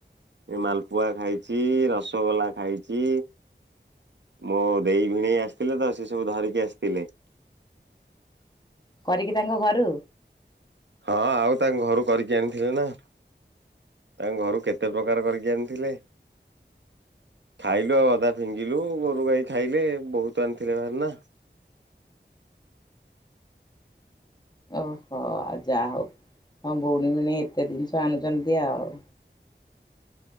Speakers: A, on the right (about 75°); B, on the left (about 20°).
A: ଏ ମାଲପୁଆ ଖାଇଛି, ରସଗୋଲା ଖାଇଛି। ମୋ ଦେଇ ଭିଣେଇ ଆସିଥିଲେ ତ, ସେ ସବୁ ଧରିକି ଆସିଥିଲେ।
B: କରିକି ତାଙ୍କ ଘରୁ?
A: ହଁ ଆଉ ତାଙ୍କ ଘରୁ କରିକି ଆଣିଥିଲେ ନା। ତାଙ୍କ ଘରୁ କେତେ ପ୍ରକାର କରିକି ଆଣିଥିଲେ। ଖାଇଲୁ ଆଉ ଅଧା ଫିଙ୍ଗିଲୁ, ଗୋରୁ ଗାଈ ଖାଇଲେ, ବହୁତ ଆଣିଥିଲେ ଭାରି ନା।
B: ଓହୋ ଆଉ ଯାହା ହଉ ହଁ ଭଉଣୀ ଭେଣେଇ ଏତେ ଜିନିଷ ଆଣୁଛନ୍ତି ଆ ଆଉ।